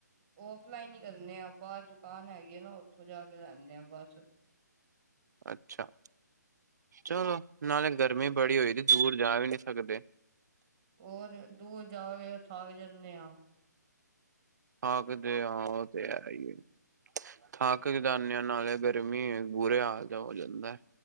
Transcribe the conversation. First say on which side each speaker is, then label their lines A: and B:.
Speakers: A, on the right; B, on the right.
A: ਔਫਲਾਈਨ ਹੀ ਕਰਨੇ ਆ, ਬਾਹਰ ਦੁਕਾਨ ਹੈਗੀ ਆ ਨਾ, ਉੱਥੋਂ ਜਾ ਕੇ ਲੈਂਦੇ ਆ ਬਸ।
B: ਅੱਛਾ, ਚਲੋ ਨਾਲੇ ਗਰਮੀ ਬੜੀ ਹੋਈ, ਦੂਰ ਜਾ ਵੀ ਨਹੀਂ ਸਕਦੇ।
A: ਹੋਰ, ਦੂਰ ਜਾ ਕੇ ਥੱਕ ਜਾਂਦੇ ਹਾਂ।
B: ਹਾਂ, ਕਿਦੇ ਹਾਂ, ਉਹ ਤੇ ਹੈ ਹੀ। ਥਾਕ ਤੇ ਜਾਨੇ ਆ, ਨਾਲੇ ਗਰਮੀ, ਬੁਰੇ ਹਾਲ ਦਾ ਹੋ ਜਾਂਦਾ ਹੈ।